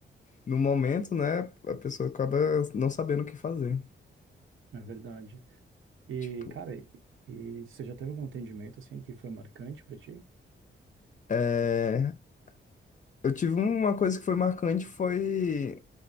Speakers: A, on the left; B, on the right.
A: no momento, né, a pessoa acaba não sabendo o que fazer.
B: É verdade. E,
A: Tipo,
B: cara, e, e você já teve algum atendimento, assim, que foi marcante pra ti?
A: é... eu tive uma coisa que foi marcante, foi